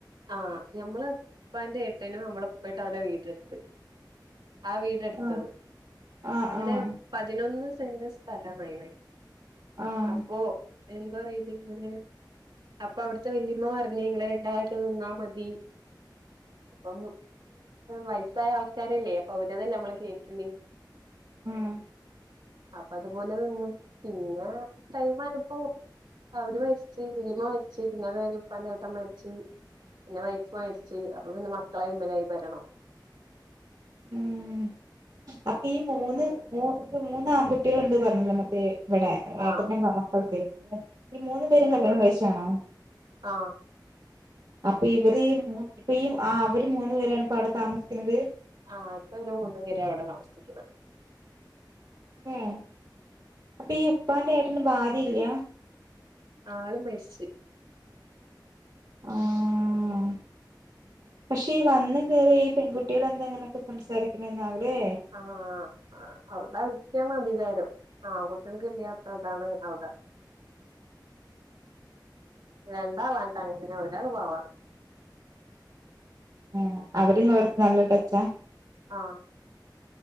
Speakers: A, on the right; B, on the right.
A: ആ ഞമ്മള് ഉപ്പാന്റെ ഏട്ടനും നമ്മള് പോയിട്ട് അവിടെ വീടെടുത്ത് ആ വീടെടുത്തത്
B: ആഹ് ആഹ്
A: അങ്ങനെ
B: ആഹ്
A: പതിനൊന്ന് സെന്റ് സ്ഥലമാണ്
B: ആഹ്
A: അപ്പോ എന്തു പറയുന്നു നിങ്ങള് അപ്പൊ അവിടത്തെ വല്ല്യമ്മ പറഞ്ഞു നിങ്ങള് രണ്ടാള് നിന്നാ മതി അപ്പോ വയസ്സായആൾക്കാരല്ലേ അപ്പൊ അവരേതല്ലേ നമ്മള് കേക്കല്
B: ആഹ്
A: അപ്പ അതുപോലെ നിന്ന് പിന്നെ ടൈമായപ്പോ അവര് മരിച്ച് വല്യമ്മ മരിച്ച് പിന്നെ വല്യപ്പാന്റെ ഏട്ടൻ മരിച്ചു പിന്നെ വൈഫ് മരിച്ച് അപ്പൊ പിന്നെ മക്കളെ കൈയ്യുമേലായി ഭരണം
B: ഉം അപ്പൊ ഈ മൂന്ന്
A: ആഹ്
B: മൂ മൂന്നാൺകുട്ടികളൊണ്ടെന്നു പറഞ്ഞില്ലാർന്നോ മറ്റേ ഇവിടെ
A: ആഹ്
B: ഏട്ടന്റെ മക്കൾക്കേ ഈ മൂന്നുപേരും കല്യാണം കഴിച്ചയാണോ
A: ആ
B: അപ്പ ഇവരീ മൂ ഇപ്പയീ ആ അവര് മൂന്നുപേരാണ് ഇപ്പ അവിടെ താമസിക്കണത്
A: ആ ഇപ്പൊ ഇവര് മൂന്നുപേരാ അവിടെ താമസിക്കണേ
B: ഉം അപ്പൊ ഈ ഉപ്പാന്റെ ഏട്ടന് ഭാര്യയില്ലാ
A: ആള് മരിച്ച്
B: ആം പക്ഷെ ഈ വന്നുകേറിയ ഈ പെൺകുട്ടികളെന്താ ഇങ്ങനെയൊക്കെ സംസാരിക്കണെന്നാല്ലേ
A: ആ ആ അവിടെവരിക്കാണ് അധികാരം ആൺകുട്ടികൾക്കില്ലാത്തതാണ് അവിടെ രണ്ടാളായിട്ടങ്ങനെ ഒരാള് പാവാണ്
B: ഉം അവര് നിങ്ങളടുത്ത് നല്ല ടച്ചാ
A: ആ